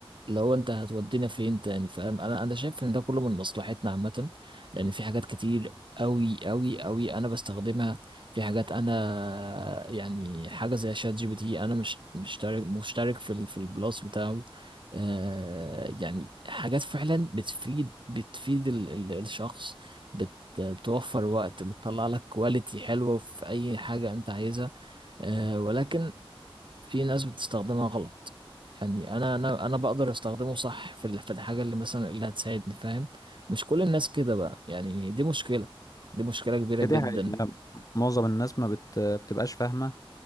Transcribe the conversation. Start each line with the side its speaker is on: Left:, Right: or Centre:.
Right: لو أنت هتودينا فين تاني فاهم أنا أنا شايف إن ده كله من مصلحتنا عامة لأن في حاجات كتير أوي أوي أوي أنا بستخدمها في حاجات أنا يعني حاجة زي شات جي بي تي أنا مش مشترك مشترك في ال- في البلاس بتاعه آه يعني حاجات فعلا بتفيد بتفيد ال- ال- الشخص بتوفر وقت بتطلع لك كواليتي حلوة في أي حاجة أنت عايزها آه، ولكن في ناس بتستخدمها غلط يعني أنا أنا أنا بقدر أستخدمه صح في ال- في الحاجة اللي مثلا اللي هتساعدني فاهم مش كل الناس كده بقى يعني دي مشكلة دي مشكلة كبيرة
Left: هي
Right: جدا
Left: دي حقيقة معظم الناس ما بت... بتبقاش فاهمه